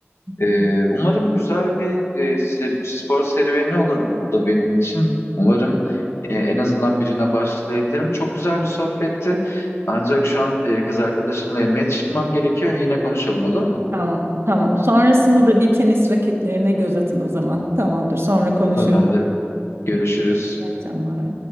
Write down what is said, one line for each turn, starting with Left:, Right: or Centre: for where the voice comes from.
Right: Hı
Left: Ee,
Right: hı.
Left: umarım güzel bir e, ser- spor serüveni olur bu da benim için. Umarım e, en azından birine başlayabilirim. Çok güzel bir sohbetti. Ancak şu an e, kız arkadaşımla yemeğe çıkmam gerekiyor. Yine konuşalım olur mu?
Right: Tamam, tamam. Sonrasında da bir tenis raketlerine göz atın o zaman. Tamamdır. Sonra konuşuruz.
Left: Tamamdır. Görüşürüz.
Right: İyi akşamlar.